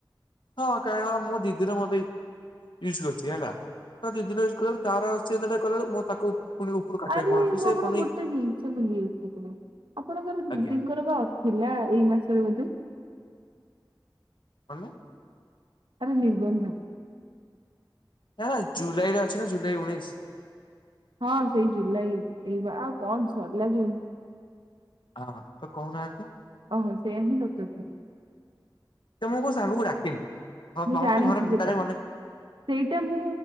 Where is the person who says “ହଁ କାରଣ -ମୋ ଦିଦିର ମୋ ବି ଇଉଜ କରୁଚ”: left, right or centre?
Left